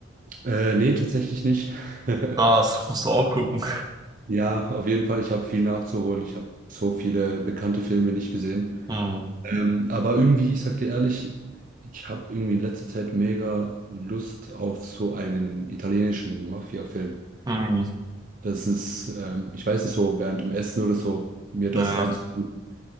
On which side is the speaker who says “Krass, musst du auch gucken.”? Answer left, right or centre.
Right